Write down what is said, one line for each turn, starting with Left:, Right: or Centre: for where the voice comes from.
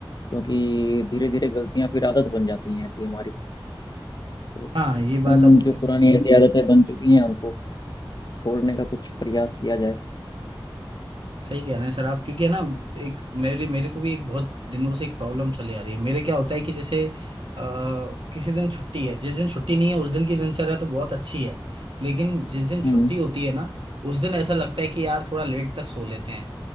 Left: क्योंकि धीरे धीरे गलतियां फिर आदत बन जाती हैं ऐसी हमारी तो
Right: हाँ ये बात
Left: उन
Right: आपने
Left: जो
Right: बिल्कुल
Left: पुरानी
Right: सही
Left: ऐसी आदतें बन चुकी हैं उनको छोड़ने का कुछ प्रयास किया जाए
Right: सही कह रहे हैं सर आप क्योंकि है ना एक मेरे मेरे को भी एक बहुत दिनों से एक प्रॉब्लम चली आ रही है मेरे क्या होता है कि जैसे आ, किसी दिन छुट्टी है जिस दिन छुट्टी नहीं है उस दिन की दिनचर्या तो बहुत अच्छी है लेकिन जिस दिन छुट्टी
Left: हम्म
Right: होती है ना उस दिन ऐसा लगता है कि यार थोड़ा लेट तक सो लेते हैं